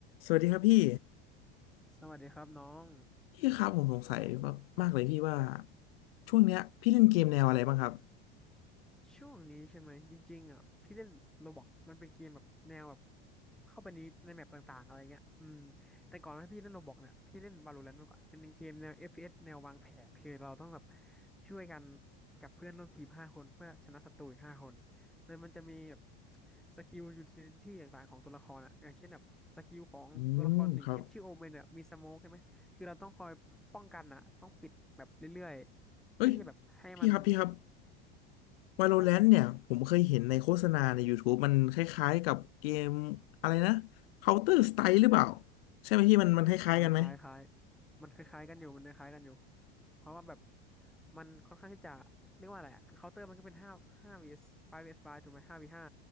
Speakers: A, on the left; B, in the centre.
A: สวัสดีครับพี่
B: สวัสดีครับน้อง
A: พี่ครับผมสงสัยมากๆเลยพี่ว่าช่วงเนี้ยพี่เล่นเกมแนวอะไรบ้างครับ
B: ช่วงนี้ใช่ไหมจริงๆอ่ะพี่เล่นโรบอกมันเป็นเกมแบบแนวแบบเข้าไปในในแมปต่างๆอะไรเงี้ยอืมแต่ก่อนที่พี่เล่นโรบอกเนี่ยพี่เล่น Valorant มาก่อนเป็นเกมแนว FPS แนววางแผนคือเราต้องแบบช่วยกันกับเพื่อนร่วมทีมห้าคนเพื่อชนะศัตรูอีกห้าคนโดยมันจะมีแบบสกิลยูทิลิตี้ต่างๆของตัวละครอ่ะอย่างเช่นแบบสกิลของตัวละครหนึ่งเช่นชื่อโอเมนเนี่ยมีสโมกใช่ไหมคือเราต้องคอยป้องกันอ่ะต้องปิดแบบเรื่อยๆเพื่อที่จะแบบให้มัน
A: อืมครับเอ้ยพี่ครับพี่ครับ Valorant
B: ครับ
A: เนี่ยผมเคยเห็นในโฆษณาใน YouTube มันคล้ายๆกับเกมอะไรนะ Counter Strike หรือเปล่าใช่ไหมพี่มันมันคล้ายๆกันไหม
B: อืมคล้ายคล้ายคล้ายมันคล้ายๆกันอยู่ มันคล้ายๆกันอยู่ เพราะว่าแบบมันค่อนข้างที่จะเรียกว่าอะไรอะคือเคาน์เตอร์มันก็เป็นห้าห้า vs 5 vs 5ถูกไหมห้า v ห้า